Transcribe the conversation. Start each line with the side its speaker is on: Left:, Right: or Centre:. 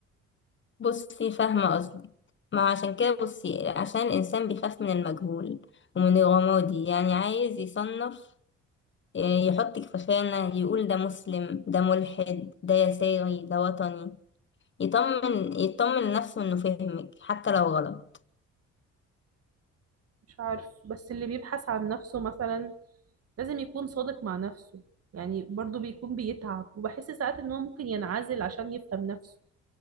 Left: بصي فاهمة قصدي ما عشان كده بصي عشان الإنسان بيخاف من المجهول ومن الرمادي يعني عايز يصنف يحطك في خانة يقول ده مسلم ده ملحد ده يساري ده وطني يطمن يطمن نفسه انه فهمك حتى لو غلط
Right: مش عارف بس اللي بيبحث عن نفسه مثلا لازم يكون صادق مع نفسه يعني برضو بيكون بيتعب وبحس ساعات ان هو ممكن ينعزل عشان يفهم نفسه